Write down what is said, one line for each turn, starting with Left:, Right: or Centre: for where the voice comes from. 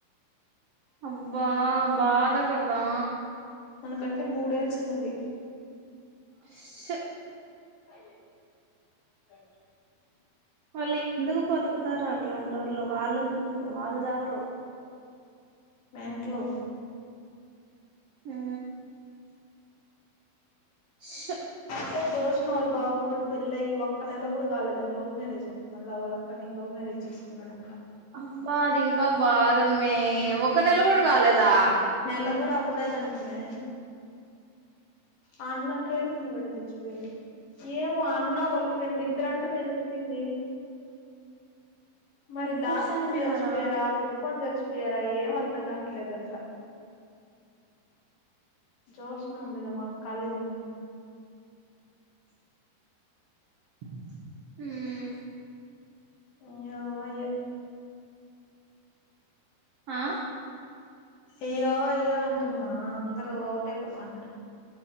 Right: అబ్బా బాధగాదా
Left: మనకంటే మూడేళ్ళు చిన్నది.
Right: ఉష్
Left: ఆ ఆ
Right: ళ్ళు ఎందుకు బతుకుతారు అట్లాంటి వోళ్ళు వాళ్ళంత వాళ్ళు చావరు
Left: వెెంట్లు
Right: హు ఉష్
Left: తే జ్యోష్నా వాల్ల బావ కూడా పెళ్ళయ్య ఒక్క నెల కూడా కలేదంట. లవ్ మ్యేరేజ్ అంట మళ్ళ వాళ్ళక్కని లవ్ మ్యారేజ్ చేసుకున్నాడంట.
Right: అబ్బా అది ఇంకా బాధమే ఒక నెల కూడా కాలేదా
Left: నెల కూడా అవ్వలేదంటనే ఆ అన్న ట్రైన్ కింద పడి సచ్చిపోయాడు. ఏమో ఆ అన్న వాళ్ళ ఫ్రెండ్ ఇద్దర అంటే మే సచ్చిపోయింది మరి
Right: ఇద్దరు
Left: దాటతుండి
Right: చనిపోయినారా
Left: చచ్చిపోయారా కో కొని చచ్చిపోయరా ఏం అర్ధం కాట్లేదాంట జ్యోష్న ఉంది లేమా కాలేజమ్మయి
Right: హ్
Left: అయ్యో అయ్యో
Right: ఆ
Left: అయ్యో అయ్యో అంటున్నా అందరూ అవుట్ అయిపోతాన్నారు.